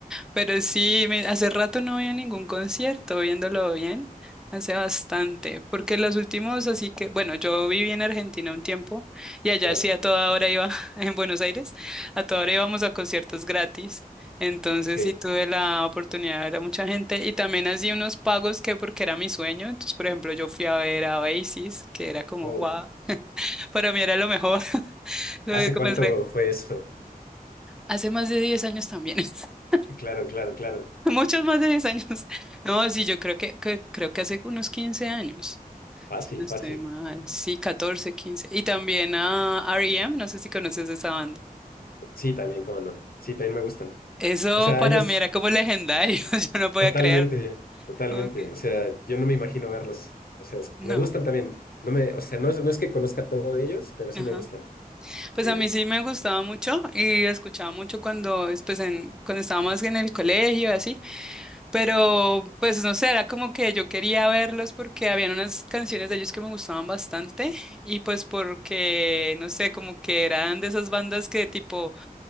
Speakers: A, in the centre; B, on the left.
A: pero sí, me- hace rato no había ningún concierto, viéndolo bien, hace bastante, porque los últimos, así que, bueno, yo viví en Argentina un tiempo y allá
B: Claro.
A: sí a toda hora iba, <laughs> en Buenos Aires, a toda hora íbamos a conciertos gratis. Entonces
B: Ok,
A: sí tuve la oportunidad de ver a mucha gente y también hacía unos pagos que porque era mi sueño. Entonces, por ejemplo, yo fui a ver a Oasis, que era como,
B: wow.
A: wow. Para mí era lo mejor, <laughs> lo
B: ¿Hace
A: de comer
B: cuánto
A: rey.
B: fue eso?
A: Hace más de 10 años también. <laughs>
B: Claro, claro, claro.
A: Muchos más de 10 años. <laughs> No, sí, yo creo que, que- creo que hace unos 15 años.
B: Fácil,
A: Si No estoy
B: fácil.
A: mal. Sí, 14, 15. Y también a R. E M. no sé si conoces esa banda.
B: Sí, también, cómo no. Sí, también me gustan.
A: Eso
B: O sea,
A: para
B: ellos
A: mí era como legendario. <laughs> Yo no podía
B: totalmente,
A: creer.
B: totalmente.
A: Okay.
B: O sea, yo no me imagino verlos. O sea, es-
A: No.
B: me gustan también. No me, o sea, no es, no es que conozca todo de ellos, pero sí
A: Ajá.
B: me gustan.
A: Pues
B: Eh,
A: a mí sí me gustaba mucho y escuchaba mucho cuando, es pues en, cuando estaba más en el colegio y así. Pero, pues no sé, era como que yo quería verlos porque habían unas canciones de ellos que me gustaban bastante y pues porque, no sé, como que eran de esas bandas que tipo